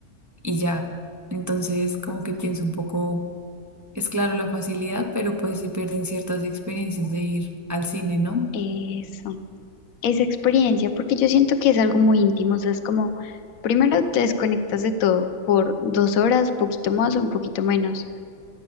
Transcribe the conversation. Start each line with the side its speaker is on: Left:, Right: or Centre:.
Right: y ya. Entonces, como que pienso un poco, es claro la facilidad, pero pues se pierden ciertas experiencias de ir al cine, ¿no?
Left: Eso. esa experiencia, porque yo siento que es algo muy íntimo, o sea, es como, primero te desconectas de todo por dos horas, poquito más o un poquito menos,